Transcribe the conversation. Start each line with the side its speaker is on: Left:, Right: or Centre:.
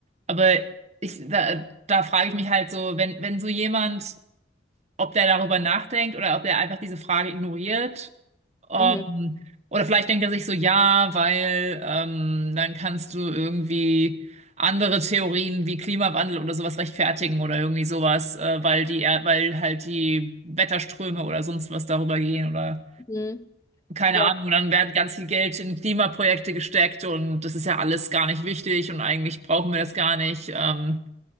Right: Aber ich, da, da frage ich mich halt so, wenn, wenn so jemand, ob der darüber nachdenkt oder ob der einfach diese Frage ignoriert, ähm,
Left: Mhm.
Right: oder vielleicht denkt er sich so, ja, weil ähm, dann kannst du irgendwie andere Theorien wie Klimawandel oder sowas rechtfertigen oder irgendwie sowas, äh, weil die, Er- weil halt die Wetterströme oder sonst was darüber gehen oder
Left: Mhm.
Right: keine
Left: Ja.
Right: Ahnung. Und dann werden ganz viel Geld in Klimaprojekte gesteckt und das ist ja alles gar nicht wichtig und eigentlich brauchen wir das gar nicht. Ähm,